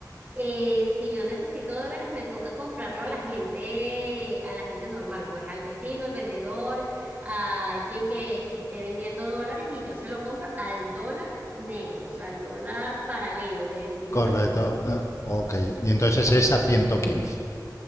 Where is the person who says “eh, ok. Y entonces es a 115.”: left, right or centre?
Left